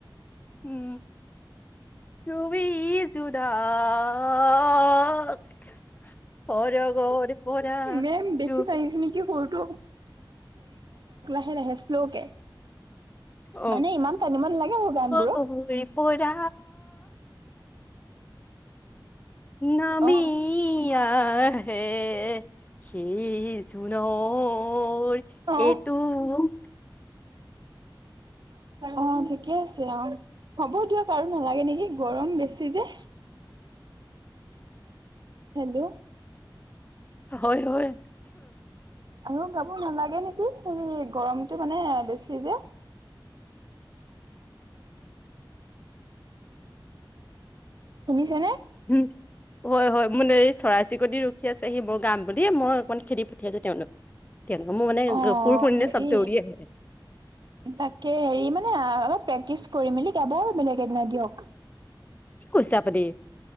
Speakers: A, on the left (about 20°); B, on the right (about 60°).
A: উম তোমিটো দা আআআআআআ। বলক। সৰগৰ পৰা
B: মেম বেছি
A: ত।
B: টানিছে নেকি সুৰটো লে লাহে শ্ল' কে,
A: অ',
B: মানে ইমান টানিব নালাগে আৰু গানবোৰক।
A: সৰগৰ পৰা নামি
B: অ
A: আআআ। হে সেই জুনৰ
B: অ
A: এইটো উ <inaudible>
B: অ ঠিকে আছে অ। হ'ব দিয়ক আৰু নালাগে নেকি গৰম বেছি যে। হেল্ল'।
A: হয় হয়।
B: আৰু গাব নালাগে নেকি? হে গৰমটো মানে বেছি যে। <inaudible> শুনিছেনে?
A: <unintelligible> হয় হয় মোৰ এই চৰাই চিৰিকট ৰখি আছে সি মোৰ গাম বুলি মই অকণমান খেদি পঠিয়াইছো তেওঁলোকক? তেওঁলোকে মোৰ মানে
B: অ
A: সুৰ শুনিলে
B: হেৰি
A: চব দৌৰি আহে
B: তাকে হেৰি মানে অলপ প্ৰেকটিচ কৰি মেলি গাব বেলেগ এদিনা দিয়ক।
A: কি কৈছে আপুনি?